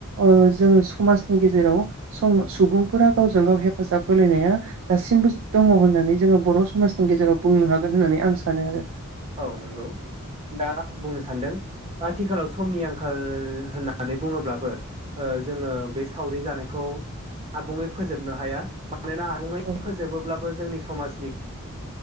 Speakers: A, on the right; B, on the right.
A: ओ जोङो समाजनि गेजेराव सम सुबुंफोरा गावजों गाव हेफाजाब होलायनाया दासिमबो दङ होननानै जोङो बर' समाजनि गेजेराव बुंनो हागोन होननानै आं सानो आरो
B: औ नोंगौ दा आं बुंनो सानदों आथिखालाव समनि आंखाल होननानै बुङोब्लाबो ओ जोङो बे सावरि जानायखौ आबुङै फोजोबनो हाया मानोना आबुङै
A: औ
B: फोजोबोब्लाबो जोंनि समाजनि